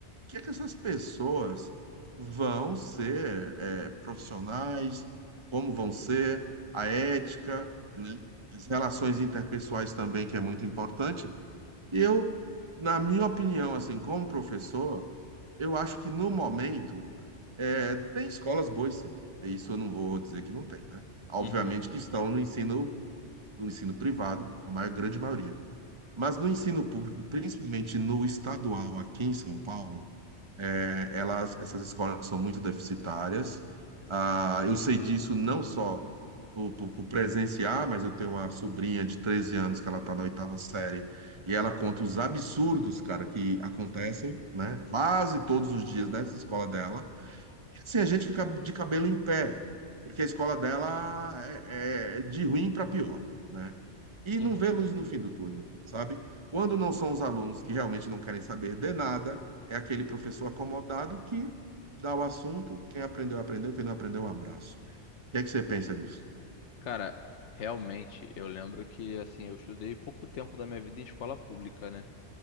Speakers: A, on the right (about 25°); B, on the left (about 80°).
A: que é que essas pessoas vão ser é, profissionais, como vão ser, a ética, né? As relações interpessoais também, que é muito importante. E eu, na minha opinião, assim, como professor, eu acho que no momento é, tem escolas boas, sim. Isso eu não vou dizer que não tem, né? Obviamente
B: Uhum.
A: que estão no ensino, no ensino privado, a maior, grande maioria. Mas no ensino público, principalmente no estadual aqui em São Paulo, é, elas, essas escolas são muito deficitárias. Ah, eu sei disso não só por, por, por presenciar, mas eu tenho uma sobrinha de 13 anos que ela está na oitava série e ela conta os absurdos, cara, que acontecem, né? Quase todos os dias nessa escola dela e assim, a gente fica de cabelo em pé, porque a escola dela é, é de ruim para pior, né? E
B: Uhum.
A: não vê luz no fim do túnel, sabe? Quando não são os alunos que realmente não querem saber de nada, é aquele professor acomodado que dá o assunto, quem aprendeu, aprendeu, quem não aprendeu, um abraço. O que é que você pensa nisso?
B: Cara, realmente, eu lembro que, assim, eu estudei pouco tempo da minha vida em escola pública, né?